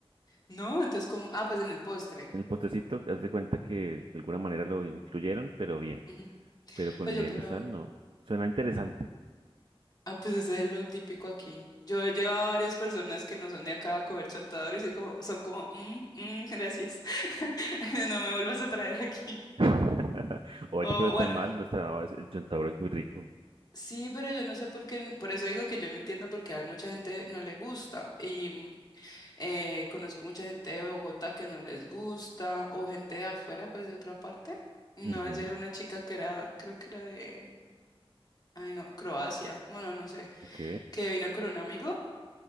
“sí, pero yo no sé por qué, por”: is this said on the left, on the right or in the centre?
Left